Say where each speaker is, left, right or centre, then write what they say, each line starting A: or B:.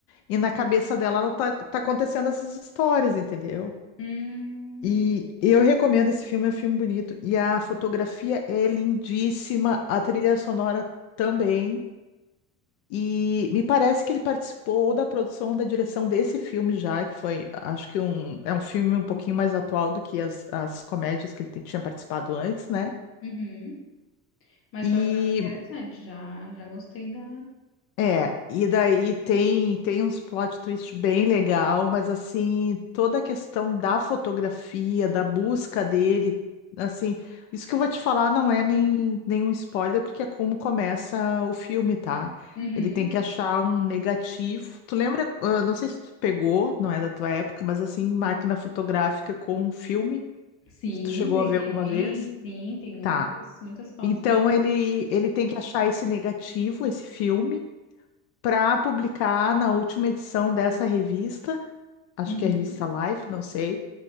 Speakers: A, on the left; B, on the left.
A: e na cabeça dela ela tá, tá acontecendo essas histórias, entendeu?
B: Hum.
A: E eu recomendo esse filme, é um filme bonito, e a fotografia é lindíssima, a trilha sonora também. E me parece que ele participou da produção ou da direção desse filme já, que foi, acho que um, é um filme um pouquinho mais atual do que as, as comédias que ele te- tinha participado antes, né?
B: Uhum. Mas
A: E
B: tô achando interessante, já, já gostei da.
A: É, e daí tem tem uns plot twist bem legal, mas assim, toda a questão da fotografia, da busca dele, assim, isso que eu vou te falar não é nem nenhum spoiler, porque é como começa o filme, tá?
B: Uhum.
A: Ele tem que achar um negativo. Tu lembra, ah, não sei se tu pegou, não é da tua época, mas assim, máquina fotográfica com um filme,
B: Sim,
A: se tu chegou
B: peguei.
A: a ver alguma vez?
B: Sim, tem muitas,
A: Tá.
B: muitas fotos
A: Então
B: e tal.
A: ele ele tem que achar esse negativo, esse filme para publicar na última edição dessa revista, acho
B: Uhum.
A: que é a revista Life, não sei.